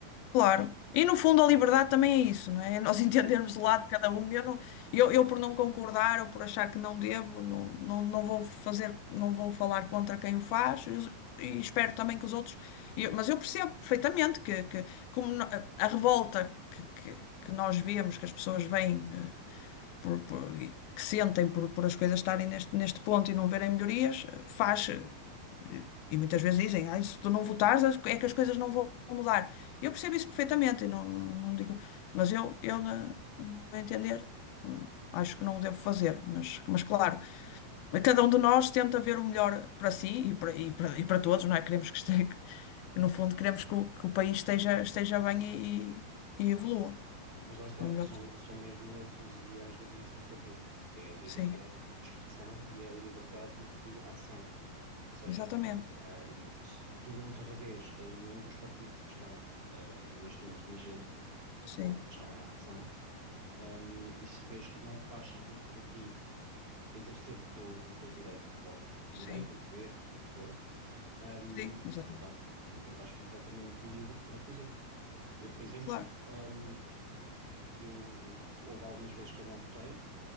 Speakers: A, on the left (about 80°); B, on the right (about 25°).
A: Claro. E no fundo
B: Sim.
A: a liberdade também é isso, não é? É Nós <laughs> entendermos
B: Sim,
A: do lado de cada um. Eu, não, eu, eu por não concordar ou por achar que não devo, não, não, não vou fazer, não vou falar contra quem o faz e, os- e espero também que os outros. e eu- mas eu percebo perfeitamente que, que como no- a revolta que, que, que nós vemos, que as pessoas veem. eh, por- por- e que sentem por, por as coisas estarem neste, neste ponto e não verem melhorias, eh, faz. eh, E muitas vezes dizem, "Ai, se tu não votares, as- é que as coisas não vão mudar. Eu percebo isso perfeitamente, e não, não, não digo, mas eu, eu na, a entender, hum, acho que não o devo fazer, mas, mas claro, cada um de nós tenta ver o melhor para si e para, e para, e para todos, não é? Queremos que esteja, no fundo, queremos que o, que o país esteja, esteja bem e, e, e evolua.
B: Mas lá está,
A: O melhor,
B: são, são mesmo esses os ideais do 25 de Abril. É a liberdade
A: sim,
B: de expressão e é a liberdade de ação. Ou seja,
A: exatamente,
B: ahm, se tu não te revês em nenhum dos partidos que estão, ah, neste momento vigentes,
A: sim.
B: ou, ou que estão em ação, ahm, e se vês que não faz sentido para ti exercer o teu, o teu direito de voto,
A: Sim,
B: direito, dever, o que for, ahm,
A: sim, exatamente.
B: então, então estás completamente livre para o fazer. Eu, por exemplo,
A: Claro.
B: ahm, eu, eu- houve algumas vezes que eu não votei,